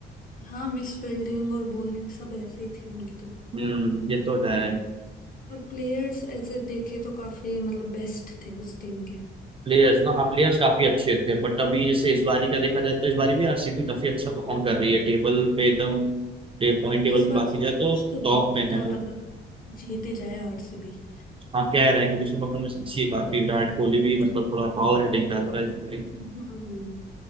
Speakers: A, on the left; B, on the right.
A: हाँ मिस फील्डिंग और बॉलिंग सब ऐसे ही थी उनकी तो
B: हम्म ये तो है
A: और प्लेयर्स ऐसे देखे तो काफी मतलब बेस्ट थे उस टीम के
B: प्लेयर्स ना हाँ प्लेयर्स काफी अच्छे थे बट अभी जैसे
A: हम्म।
B: इस बारी का देखा जाए तो इस बारी भी आरसीबी काफी अच्छा परफॉर्म कर रही है टेबल पे एकदम पॉइंट टेबल
A: इस
B: की
A: बार
B: बात
A: सब
B: की जाए
A: सोच
B: तो
A: तो रहे
B: टॉप
A: हैं
B: में
A: कि क्या
B: है वो
A: पता जीत ही जाए आरसीबी
B: हाँ कह रहे हैं क्योंकि उसकी परफॉर्मेंस अच्छी है काफी विराट कोहली भी मतलब थोड़ा पावर हिटिंग कर रहा है इस बारी
A: हम्म